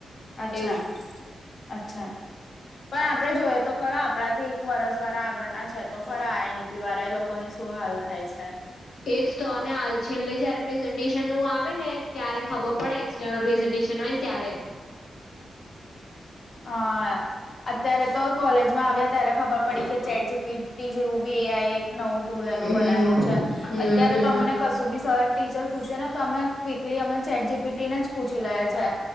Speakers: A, on the left (about 50°); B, on the left (about 75°).
A: અચ્છા
B: એવું
A: અચ્છા પણ આપડે જોઈએ તો ખરા આપડાથી એક વરસ વાળા આગળના છે તો ખરા એ પીવારા એ લોકોની શું હાલ થાય છે
B: એજ તો અને હાલ છેલ્લે જયારે પ્રેઝન્ટેશનું આવે ને ત્યારે ખબર પડે <unintelligible> હોય ને ત્યારે
A: હ અત્યારે તો કોલેજમાં આવ્યા ત્યારે ખબર પડી કે ચેટ જીપીટી જેવું બી એ આઈ નવું ટુલ એનું
B: હમ
A: બનાવું
B: હમ
A: છે અત્યારે તો અમને
B: હમ
A: કશું બી સર ટીચર પૂછે ને તો અમે ક્વિકલી અમે ચેટ જીપીટી ને જ પૂછી લેયે છે